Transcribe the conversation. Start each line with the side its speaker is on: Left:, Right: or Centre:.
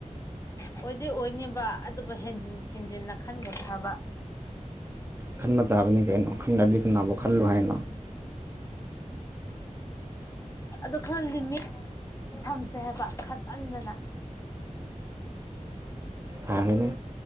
Left: ꯑꯣꯏꯗꯤ ꯑꯣꯏꯅꯤꯕ ꯑꯗꯨꯕꯨ ꯍꯦꯟꯖꯤꯟ ꯍꯦꯟꯖꯤꯟꯅ ꯈꯟꯒꯅꯣ ꯍꯥꯏꯕ
Right: ꯈꯟꯕ ꯇꯥꯕꯅꯤ ꯀꯩꯅꯣ ꯈꯜꯗ꯭ꯔꯗꯤ ꯀꯅꯥꯕꯨ ꯈꯜꯂꯨ ꯍꯥꯏꯅꯣ
Left: ꯑꯗꯣ ꯈꯜꯂꯤꯃꯤ ꯊꯝꯁꯦ ꯍꯥꯏꯕ ꯈꯟꯃꯟꯗꯅ
Right: ꯐꯥꯔꯦꯅꯦ